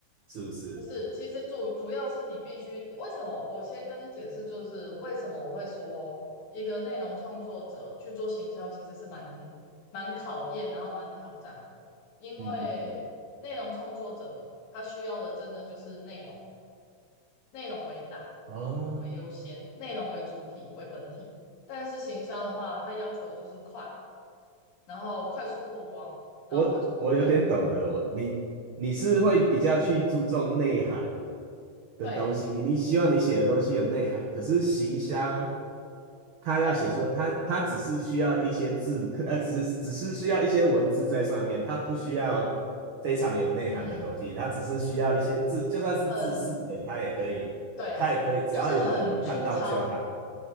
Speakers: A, on the right; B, on the left.
A: 是不是？
B: 不是，其实主主要是你必须，为什么？我先跟你解释，就是为什么我会说一个内容创作者去做行销，其实是蛮蛮考验，然后蛮挑战的。因为内容创作者他需要的真的就是内容，
A: 嗯嗯嗯。
B: 内容为大，
A: 哦，
B: 内容为优先，内容为主体为本体。但是行销的话，它要求的就是快，然后快速曝光，然后快速流量。
A: 我我有点懂了，我你你是会比较去注重内涵，的东西，
B: 对
A: 你希望你写的东西有内涵，可是行销它要写出它它只是需要一些字，
B: 对，
A: <laughs> 它只是只是需要一些文字在上面，它不需要非常有内涵的东西，
B: 嗯，
A: 它只是需要一些字，就算是字式的，
B: 很
A: 它也可以，
B: 对，
A: 它也可以，只要有人有看到就好。
B: 就是很粗糙，